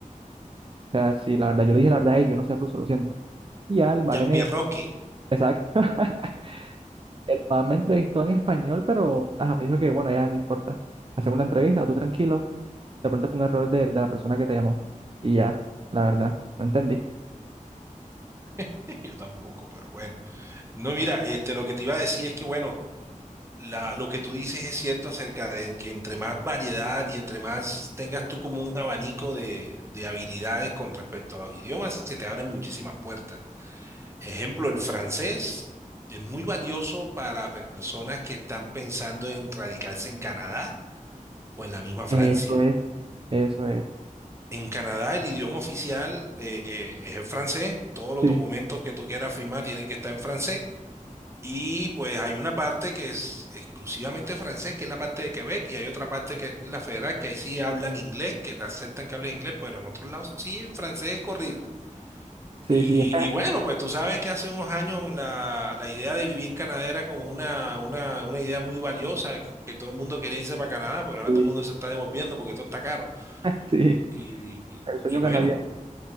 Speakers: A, on the right; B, on the right.
A: O sea, si la verdad, yo le dije la verdad, hey, yo no sé ruso, lo siento. Y ya el vale
B: Jean-Pierre
A: me,
B: Roski,
A: exacto, <laughs> el vale me entrevistó en español, pero ajá, me dijo que, bueno, ya no importa, hacemos la entrevista, tú tranquilo, de pronto fue un error de, de la persona que te llamó. Y ya, la verdad, no entendí.
B: <laughs> yo tampoco, pero bueno. No, mira, este, lo que te iba a decir es que, bueno, la- lo que tú dices es cierto acerca de que entre más variedad y entre más tengas tú como un abanico de, de habilidades con respecto a los idiomas, se te abren muchísimas puertas. Ejemplo, el francés es muy valioso para pe- personas que están pensando en radicarse en Canadá o en la misma Francia.
A: Eso es, eso es.
B: En Canadá el idioma oficial eh, eh, es el francés, todos los
A: Sí,
B: documentos que tú quieras firmar tienen que estar en francés. Y pues hay una parte que es exclusivamente francés, que es la parte de Quebec, y hay otra parte que es la federal, que ahí sí hablan inglés, que te aceptan que hables inglés, pero en otros lados sí, francés corrido.
A: sí,
B: Y,
A: sí, es
B: y bueno, pues tú sabes que hace unos años la, la idea de vivir en Canadá era como una, una, una idea muy valiosa, que, que todo el mundo quería irse para Canadá, pero ahora
A: que-
B: todo el mundo se está devolviendo porque todo está caro.
A: <laughs> Sí,
B: Y, y
A: el sueño
B: y bueno.
A: canadiense.